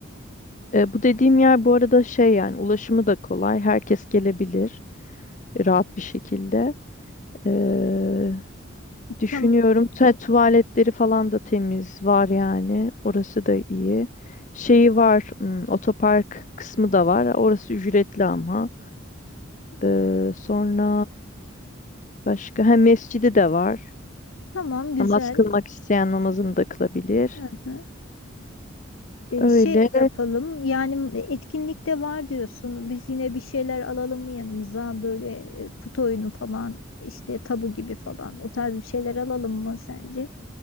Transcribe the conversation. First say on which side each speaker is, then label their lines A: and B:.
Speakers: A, on the left; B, on the left.
A: E, bu dediğim yer bu arada şey yani ulaşımı da kolay. Herkes gelebilir e, rahat bir şekilde. E, düşünüyorum
B: Tam,
A: tu- tuvaletleri falan da temiz var yani. Orası da iyi. Şeyi var hmm, otopark kısmı da var. Orası ücretli ama. E, sonra başka ha mescidi de var.
B: tamam güzel.
A: Namaz kılmak isteyen namazını da kılabilir.
B: Hı hı. Ee,
A: Öyle
B: şey yapalım yani etkinlikte var diyorsun. Biz yine bir şeyler alalım mı yanımıza böyle e, kutu oyunu falan işte tabu gibi falan o tarz bir şeyler alalım mı sence?